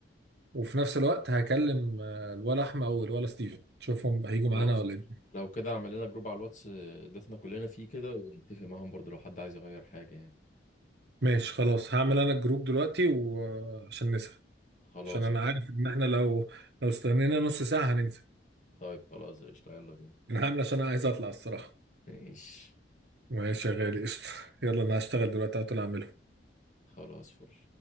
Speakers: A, on the right; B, on the left.
A: وفي نفس الوقت هكلم آه، الولا احمد او الولا ستيفن شوفهم هيجوا
B: خلاص
A: معانا ولا ايه
B: لو كده اعمل لنا جروب على الواتس ضفنا كلنا فيه كده ونتفق معاهم برضو لو حد عايز يغير حاجة يعني
A: ماشي خلاص هعمل انا الجروب دلوقتي وعشان نسهل
B: خلاص
A: عشان انا عارف ان احنا لو لو استنينا نص ساعة هننسى
B: طيب خلاص قشطة يلا بينا
A: انا هعمل عشان انا عايز اطلع الصراحة
B: ماشي
A: ماشي يا غالي قشطة يلا انا هشتغل دلوقتي هطلع اعمله
B: خلاص فل